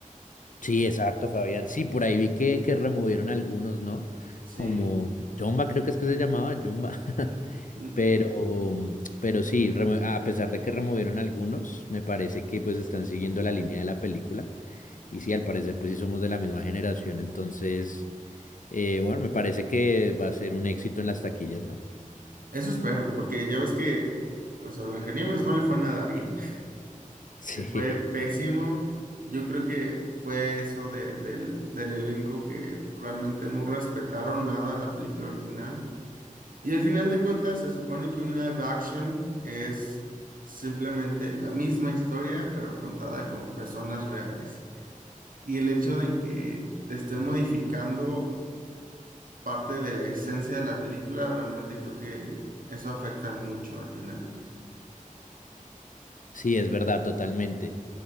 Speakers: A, on the left; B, on the right.
A: Sí, exacto, Fabián. Sí, por ahí vi que, que removieron algunos, ¿no?
B: Sí.
A: Como Jumba, creo que es que se llamaba Jumba. <laughs>
B: Mm,
A: Pero, pero sí, remo- a pesar de que removieron algunos, me parece que pues están siguiendo la línea de la película. Y sí, al parecer, pues sí somos de la misma generación, entonces, eh, bueno, me parece que va a ser un éxito en las taquillas, ¿no? <laughs>
B: Eso espero, porque ya ves que pues a Blancanieves no le fue nada bien. <laughs>
A: Sí,
B: Le fue pésimo. Yo creo que fue eso de- del, del elenco que realmente no respetaron nada a la película original. Y al final de cuentas se supone que un live action es simplemente la misma historia, pero contada con personas reales. Y el hecho de que te estén
A: correcto.
B: modificando parte de la esencia de la película, realmente creo que eso afecta mucho al final.
A: Sí, es verdad, totalmente.